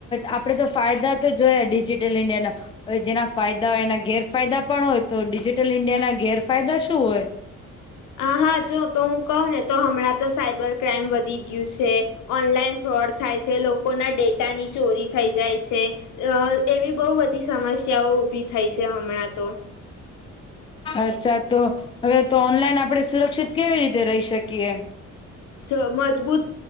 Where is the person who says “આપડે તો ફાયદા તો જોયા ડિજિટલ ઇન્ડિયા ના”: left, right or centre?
Left